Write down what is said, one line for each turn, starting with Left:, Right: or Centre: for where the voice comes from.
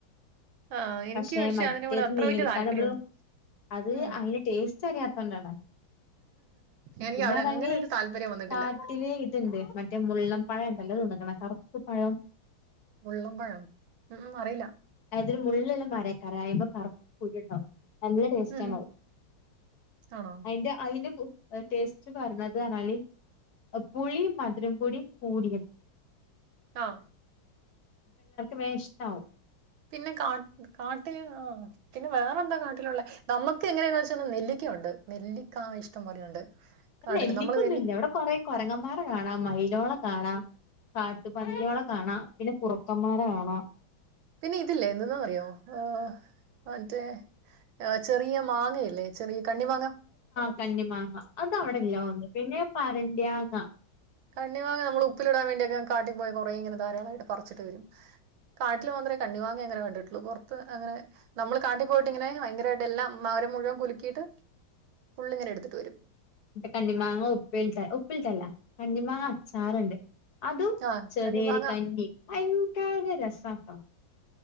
Right: ആഹ് എനിക്ക്
Left: പക്ഷെ മറ്റേത്
Right: അതിനോട് അത്ര
Left: നീണ്ട്ക്കാണ്ട്
Right: വലിയ താല്പര്യം
Left: അത്
Right: ഉം
Left: അതിന്റെ ടേസ്റ്റ് അറിയാത്തോണ്ടാണ്
Right: എനിക്ക്
Left: പിന്നെ
Right: അതങ്ങനെ
Left: പറഞാല്
Right: ഒരു താല്പര്യം വന്നിട്ടില്ല.
Left: കാട്ടില് ഇതുണ്ട് മറ്റേ മറ്റ മുള്ളൻ പഴം ഉണ്ടല്ലോ അത് തിന്ന് ക്കണേ കറുപ്പ് പഴം
Right: മുള്ളൻ പഴം ഉം അറിയില്ല
Left: അതായത് മുള്ള് ഉള്ള മരം ആയ്ക്കാരം ആയ്മെ കറപ്പ് കുരു ഉണ്ടാകും നല്ല ടേസ്റ്റ
Right: ഉം
Left: ആണ്
Right: ഉം
Left: അത്
Right: ആണോ?
Left: അയിന്റെ അയിന്റെ കു ടേസ്റ്റ് പറഞ്ഞത്ണല് പുളി മധുരം കുടി കൂടിയത്
Right: ആഹ്
Left: വേ ഇഷ്ടാവവും
Right: പിന്നെ കാ കാട്ടിൽ ആ പിന്നെ വേറെ എന്താ കാട്ടിലുള്ള നമുക്ക് എങ്ങനെയ വെച്ചാ നെല്ലിക്കയുണ്ട് നെല്ലിക്ക ഇഷ്ടം പോലെയുണ്ട് കാട്ടില്
Left: നെല്ലിക്കൊന്നും
Right: നമ്മള് നെല്ലി
Left: ഇല്ല ഇവിടെ കൊറെ കുരങ്ങന്മാര കാണാം മൈലോളെ കാണാം കാട്ടുപന്നികളെ കാണാം പിന്നെ കുറുക്കന്മാരെ കാണാം
Right: പിന്നെ ഇതില്ലേ എന്തെന്നാ അറിയോ ആ മറ്റേ ചെറിയ മാങ്ങയല്ലേ ചെറിയ കണ്ണി മാങ്ങ
Left: കന്നി മാങ്ങ അത അവിടെ ഇല്ല തേനുന്നു പിന്നെ പരണ്ടിയാങ്ങ
Right: കണിമാങ്ങാ നമ്മൾ ഉപ്പിലിടാൻ വേണ്ടിയൊെ കാട്ടിൽ പോയി കുറേ ഇങ്ങനെ ധാരാളമായിട്ട് പറിച്ചിട്ട് വരും കാട്ടിൽ മാത്രമേ കണിമാങ്ങാ അങ്ങനെ കണ്ടിട്ടുള്ളു പുറത്ത് അങ്ങന നമ്മള് കാട്ടിൽ പോയിട്ട് ഇങ്ങനെ ഭയങ്കരമായിട്ട് എല്ലാം മരം മുഴുവൻ കുലുക്കിയിട്ട് ഫുള്ള് ഇങ്ങനെ എടുത്തിട്ട് വരും
Left: കണ്ടിമാങ്ങ ഉപ്പിട്ട ഉപ്പിട്ടല്ല കണിമാങ്ങ അച്ചാറുണ്ട് അതും
Right: ആഹ്
Left: ചെറിയൊരു
Right: കണ്ണിമാങ്ങ
Left: കഞ്ഞി ഭയങ്കരം രസട്ടോ